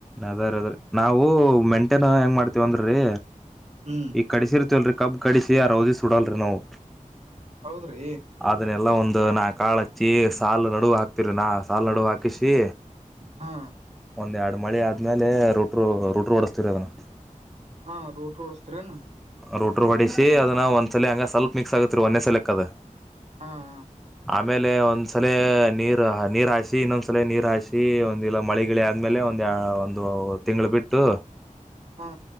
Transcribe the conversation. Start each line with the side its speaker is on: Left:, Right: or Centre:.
Centre: ಅದ್ರ ಅದ್ರ ನಾವು ಮೆಂಟೇನ್ ಹೆಂಗ್ ಮಾಡ್ತೀವಂದ್ರೀ
Right: ಹ್ಮ್
Centre: ಕಡಸೀರ ತೊಲ್ರಿ ಕಬ್ಪ್ ಕಡಿಸಿ ಯಾರಾವದು ಸಡಾಲ್ ರೆ ನೋವು
Right: ಹೌದ್ರಿ
Centre: ಅದನ್ನೆಲ್ಲ ಒಂದು ನಾಕಾಳು ಹಚ್ಚಿ ಸಾಲು ನಡುವ ಹಾಕ್ತಿರಿ ನಾ ಸಾಲ ನಡುವ ಹಾಕಿಸಿ.
Right: ಹಾ
Centre: ಒಂದ್ ಎರಡು ಮಳಿ ಆದ್ಮೇಲೆ ರೂಟ್ ರೂಟ್ರು ಓಡಿಸತೀರಿ ಅದನ್ನು.
Right: ಹಾ ರೂಟ್ ಹೊಡಿಸ್ತೀರೇನು.
Centre: ರೋಟರು ಹೊಡಿಸಿ ಅದನ್ನ ಒಂದ್ಸಲ ಹಂಗೆ ಸ್ವಲ್ಪ್ ಮಿಕ್ಸ್ ಆಗತ್ತತ್ರಿ ಒನ್ನೆ ಸಲಕ್ಕೆ ಅದು.
Right: ಹಾ ಹಾ.
Centre: ಆಮೇಲೆ ಒಂದ್ಸಲ ನೀರ್ ನೀರ್ ಹಾಸಿ ಇನ್ನೊಂದ್ಸಲ ನೀರ್ ಹಾಸಿ ಒಂದಿಲ್ಲ ಮಳಿಗೆ. ಗಿಳಿ ಆದ್ಮೇಲೆ ಒಂದ ಒಂದು ತಿಂಗಳು ಬಿಟ್ಟು.
Right: ಹಾ